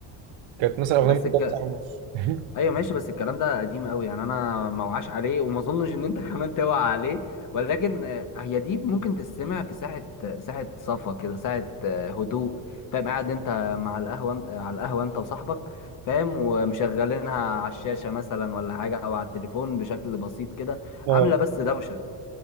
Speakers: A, on the right; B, on the left.
A: كانت مثلا اغنيه
B: بس
A: ممكن
B: ك...
A: تقعد ساعه ونص <laughs>
B: ايوه ماشي بس الكلام ده قديم قوي يعني انا ما وعاش عليه وما اظنش ان انت <laughs> كمان توعى عليه ولكن آه، هي دي ممكن تستمع في ساعه ساعه صفا كده ساعه آه، هدوء فاهم قاعد انت مع القهوه أنت- على القهوه انت وصاحبك فاهم ومشغلينها على الشاشه مثلا ولا حاجه او على التليفون بشكل بسيط كده
A: اه
B: عامله بس دوشه